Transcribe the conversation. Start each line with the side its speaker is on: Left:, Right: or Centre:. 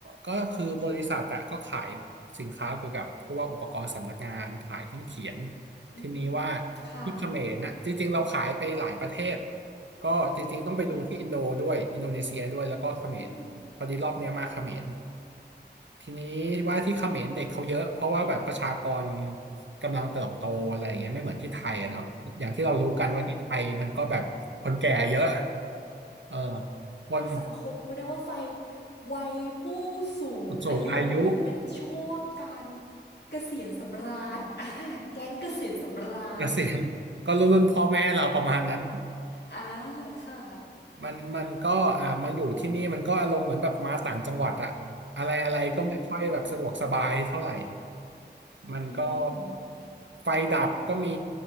Right: ก็คือบริษัทอะก็ขายสินค้าเกี่ยวกับพวกอุปกรณ์สำนักงานขายเครื่องเขียน
Left: อืม
Right: ทีนี้ว่า
Left: ค่ะ
Right: ที่เขมรนะจริงๆเราขายไปหลายประเทศก็จริงๆต้องไปดูที่อินโดด้วยอินโดนีเซียด้วยแล้วก็เขมรพอดีรอบเนี้ยมาเขมร
Left: อืมอืม
Right: ทีนี้ว่าที่เขมรเด็กเขาเยอะเพราะว่าแบบประชากรกำลังเติบโตอะไรอย่างเงี้ยไม่เหมือนที่ไทยอะเนาะอย่างที่เรารู้กันว่าที่ไทยมันก็แบบคนแก่เยอะ
Left: อืม
Right: เออคน
Left: สังคมเขาเรียกว่าไฟวัยผู้สูงอายุเป็นช่วงการ
Right: สูงอายุ
Left: เกษียณสำราญอ่าแก๊งเกษียณสำราญ
Right: เกษียณก็รุ่นรุ่นพ่อแม่เราประมาณนั้น
Left: อ่าค่ะ
Right: มันมันก็อ่ามาอยู่ที่นี่มันก็อารมณ์เหมือนแบบมาต่างจังหวัดอะอะไรอะไรก็ไม่ค่อยแบบสะดวกสบายเท่าไหร่
Left: อืมอืมอืม
Right: มันก็
Left: อืม
Right: ไฟดับก็มี